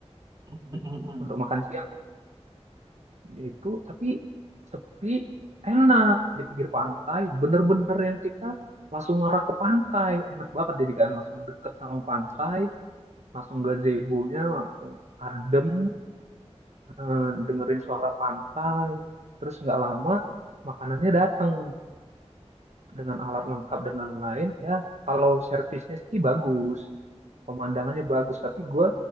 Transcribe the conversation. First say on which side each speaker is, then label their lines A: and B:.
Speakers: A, on the right (about 35°); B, on the right (about 80°).
A: <laughs> mm-mm, mm-mm,
B: untuk makan siang Dia itu tapi sepi enak di pinggir pantai bener-bener yang kita langsung ngarah ke pantai enak banget jadi kan langsung deket sama pantai langsung gazebo-nya langsung adem eh, dengerin suara pantai terus nggak lama makanannya datang dengan alat lengkap dan lain-lain ya kalau servisnya sih bagus pemandangannya bagus tapi gue